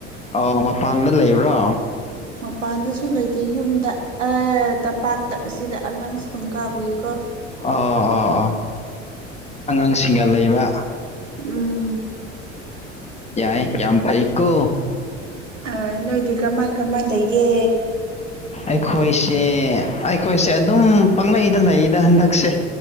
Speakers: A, on the left; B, on the right.
A: ꯑꯣ ꯃꯄꯥꯟꯗ ꯂꯩꯕ꯭ꯔꯣ
B: ꯃꯄꯥꯟꯗꯁꯨ ꯂꯩꯇꯦ ꯌꯨꯝꯗ ꯑꯦ ꯇꯝꯄꯥꯛꯇ ꯑꯁꯤꯗ ꯑꯉꯥꯡ ꯁ꯭ꯀꯨꯜ ꯀꯥꯕꯨꯒꯤꯀꯣ
A: ꯑꯣ ꯑꯣ ꯑꯣꯥ ꯑꯉꯥꯡꯁꯤꯡꯒ ꯂꯩꯕ
B: ꯎꯝ
A: ꯌꯥꯏꯌꯦ ꯌꯥꯝ ꯐꯩ ꯀꯣ
B: ꯍꯣꯏ ꯅꯣꯏꯗꯤ ꯀꯃꯥꯏ ꯀꯃꯥꯏ ꯂꯩꯒꯦ
A: ꯑꯩꯈꯣꯏꯁꯦ ꯑꯩꯈꯣꯏꯁꯦ ꯑꯗꯨꯝ ꯄꯥꯛꯂꯩꯗ ꯂꯩꯗ ꯍꯟꯗꯛꯁꯦ